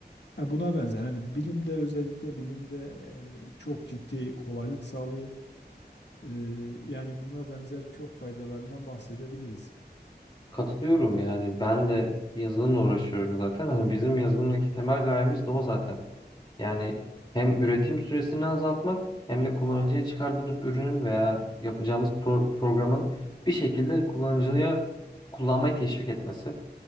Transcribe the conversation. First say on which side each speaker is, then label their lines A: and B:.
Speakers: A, on the left; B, on the left.
A: Ha, buna benzer hani bilimde özellikle bilimde e, çok ciddi kolaylık sağlıyor. E, yani buna benzer çok faydalarından bahsedebiliriz.
B: Katılıyorum yani ben de yazılımla uğraşıyorum zaten. Hani bizim yazılımdaki temel gayemiz de o zaten. Yani hem üretim süresini azaltmak hem de kullanıcıya çıkardığımız ürünün veya yapacağımız pro- programın bir şekilde kullanıcıya kullanmayı teşvik etmesi